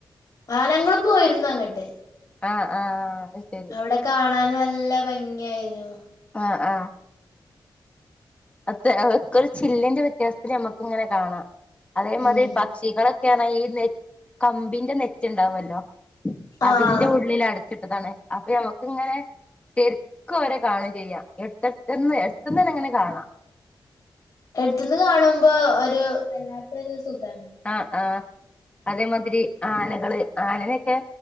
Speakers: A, on the left; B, on the left.
A: ആഹ് നങ്ങളും പോയിരുന്നു അങ്ങട്ട്
B: ആഹ് ആഹ് ആഹ് അയ്ശരി
A: അവ്ടെ കാണാന് നല്ല ഭംങ്ങ്യേയ്നു
B: ആഹ് ആഹ് അത്ത് അഹ്ഒക്കൊരു ചില്ലിന്റെ വ്യത്യാസ്ത്ത്ല് ഞമ്മക്ക് ഇങ്ങനെ കാണാ അതേമാതിരി
A: ഉം
B: പ ക്ഷികളൊക്കെ അർഞ്ഞാ ഈ നെ കമ്പിന്റെ നെറ്റ് ഇണ്ടാവൊല്ലോ അതിന്റെ
A: ആഹ്
B: ഉള്ളിലട ച്ചിട്ടതാണ് അപ്പ ഞമ്മക്ക് ഇങ്ങനെ ശെര്ക്ക് ഓലെ കാണും ചെയ്യാ എട്ത്തെട്ത്ത്ന്ന് എട്ത്ത്ന്നന്നെ ഇങ്ങനെ കാണാ
A: എട്ത്ത്ന്ന് കാണുമ്പോ ഒരു വല്ലാത്തൊരു സുഖാണ്
B: ആഹ് ആഹ് അതേമാതിരി ആനകള് ആനനെക്കേ